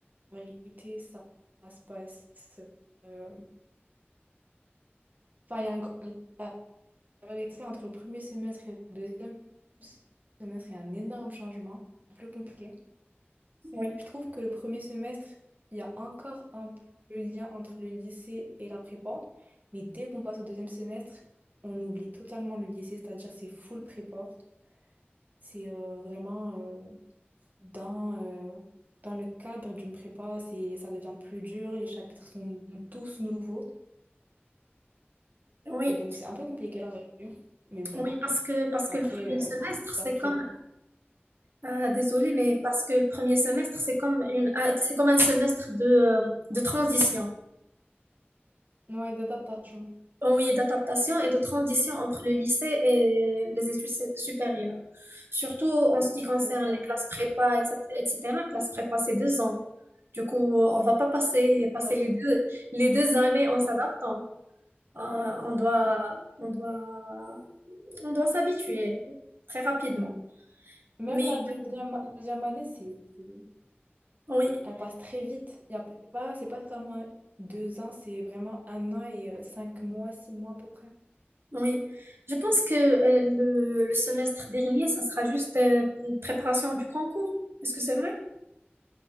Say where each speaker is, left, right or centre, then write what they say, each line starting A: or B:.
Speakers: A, on the right; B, on the right.
A: vérité, ça, ça se passe. euh, Enfin, il y a un gr- la vérité, entre le premier semestre et le deuxième semestre, il y a un énorme changement, plus compliqué.
B: Oui,
A: Je trouve que le premier semestre, il y a encore un peu le lien entre le lycée et la prépa, mais dès qu'on passe au deuxième semestre, on oublie totalement le lycée, c'est-à-dire c'est full prépa. C'est euh, vraiment. Dans, euh, dans le cadre d'une prépa, c'est, ça devient plus dur, les chapitres sont tous nouveaux.
B: oui,
A: Et donc, c'est un peu compliqué la révision. Mais bon,
B: oui, parce que parce
A: après,
B: que le premier
A: euh,
B: semestre c'est
A: ça se prépare.
B: comme euh, désolé mais parce que le premier semestre c'est comme une un- c'est comme un semestre de euh, de transition.
A: Ouais, d'adaptation,
B: oui, d'adaptation et de transition entre le lycée et les études sé- supérieures. Surtout en ce qui concerne
A: c'est ça.
B: les classes
A: Ouais.
B: prépa, etc. etc. Classe prépa, c'est deux ans. Du coup, on va pas passer, passer
A: Ouais.
B: les deux, les deux années en s'adaptant. Euh, on doit, on doit, on doit s'habituer très rapidement.
A: Même
B: Mais
A: la deuxième, la deuxième année, c'est, c'est-
B: oui,
A: elle passe très vite. Y a, c'est pas, c'est pas totalement deux ans, c'est vraiment un an et euh, cinq mois, six mois à peu près.
B: oui. Je pense que euh, le, le semestre dernier, ça sera juste euh, une préparation du concours. Est-ce que c'est vrai?